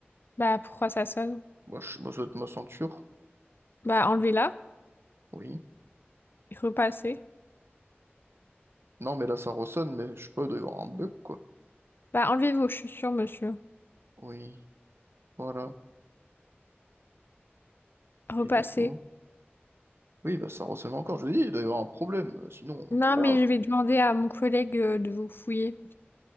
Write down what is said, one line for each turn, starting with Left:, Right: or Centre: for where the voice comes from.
Left: Bah pourquoi ça sonne?
Right: Moi, je moi, ça doit être ma ceinture.
Left: Bah enlevez-la.
Right: Oui.
Left: Repassez.
Right: Non, mais là, ça ressonne, mais je sais pas, il doit y avoir un bug, quoi.
Left: Bah enlevez vos chaussures, monsieur.
Right: Oui, voilà.
Left: Repassez.
Right: Et du coup. Oui, bah, ça ressonne encore. Je vous dis, il doit y avoir un problème. euh, Sinon,
Left: Non,
Right: c'est pas
Left: mais
Right: grave.
Left: je vais demander à mon collègue euh, de vous fouiller.